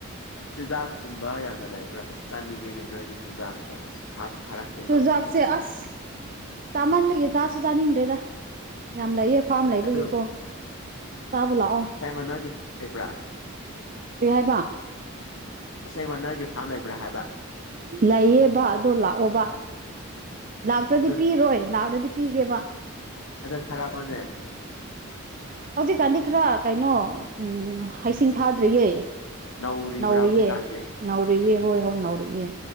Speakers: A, on the left (about 75°); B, on the right (about 40°).
A: ꯆꯨꯖꯥꯛꯀꯨꯝꯕ ꯌꯥꯝꯅ ꯂꯩꯕ꯭ꯔꯥ ꯑꯁ ꯆꯥꯅꯤꯡꯉꯤꯅꯦ ꯅꯣꯏꯒꯤ ꯆꯨꯖꯥꯛꯇꯣ ꯑꯁ ꯊꯥꯁꯨ ꯊꯥꯔꯛꯇꯦ
B: ꯆꯨꯖꯥꯛꯁꯦ
A: ꯅꯣꯡꯃꯗꯁꯨ
B: ꯑꯁ ꯆꯥꯃꯟꯕꯒꯤ ꯆꯥꯁꯨ ꯆꯥꯅꯤꯡꯗ꯭ꯔꯦꯗ ꯌꯥꯝ ꯂꯩꯌꯦ ꯐꯥꯔꯝ ꯂꯩꯕꯒꯤꯀꯣ
A: ꯑꯗꯨ
B: ꯆꯥꯕ ꯂꯥꯛꯑꯣ
A: ꯀꯩꯃ ꯅꯣꯏꯒꯤ ꯐꯥꯝ ꯂꯩꯕ꯭ꯔꯥ
B: ꯀꯔꯤ ꯍꯥꯏꯕ
A: ꯑꯁꯦꯡꯕ ꯅꯣꯏꯒꯤ ꯐꯥꯝ ꯂꯩꯕ꯭ꯔꯥ ꯍꯥꯏꯕ
B: ꯂꯩꯌꯦꯕ ꯑꯗꯣ ꯂꯥꯛꯑꯣꯕ ꯂꯥꯛꯇ꯭ꯔꯗꯤ
A: ꯑꯗꯨ
B: ꯄꯤꯔꯣꯏ ꯂꯥꯛꯂꯗꯤ ꯄꯤꯒꯦꯕ
A: ꯑꯗꯣ ꯊꯥꯔꯛꯑꯣꯅꯦ
B: ꯍꯧꯖꯤꯛꯀꯥꯟꯗꯤ ꯈꯔ ꯀꯩꯅꯣ ꯎꯝ ꯍꯩꯁꯤꯡ ꯐꯥꯗ꯭ꯔꯤꯌꯦ
A: ꯅꯧꯔꯤꯕ꯭ꯔꯥ
B: ꯅꯧꯔꯤꯌꯦ
A: ꯍꯧꯖꯤꯛꯀꯥꯟꯗꯤ
B: ꯅꯧꯔꯤꯑꯦ ꯍꯣꯏ ꯍꯣꯏ ꯅꯧꯔꯤꯑꯦ